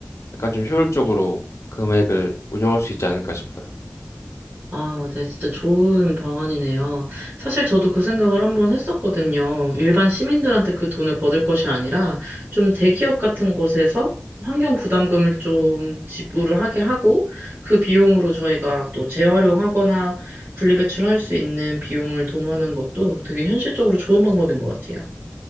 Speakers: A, on the left (about 85°); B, on the right (about 40°).
A: 약간 좀 효율적으로 금액을 운영할 수 있지 않을까 싶어요.
B: 아, 네, 진짜 좋은 방안이네요. 사실 저도 그 생각을 한번 했었거든요. 일반 시민들한테 그 돈을 거둘 것이 아니라 좀 대기업 같은 곳에서 환경 부담금을 좀 지불을 하게 하고 그 비용으로 저희가 또 재활용하거나 분리배출할 수 있는 비용을 도모하는 것도 되게 현실적으로 좋은 방법인 것 같아요.